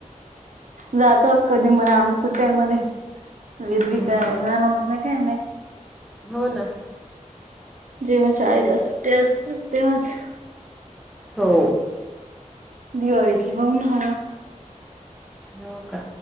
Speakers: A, on the right; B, in the centre.
A: जातोच कधी म्हणे आम्ही सुट्याय मध्ये विरवी
B: हो
A: काय जान होत नाही काय नाही.
B: हो ना
A: जेव्हा शाळेला सुट्ट्या असतात तेव्हाच
B: हो
A: दिवाळीत हो ना
B: हो का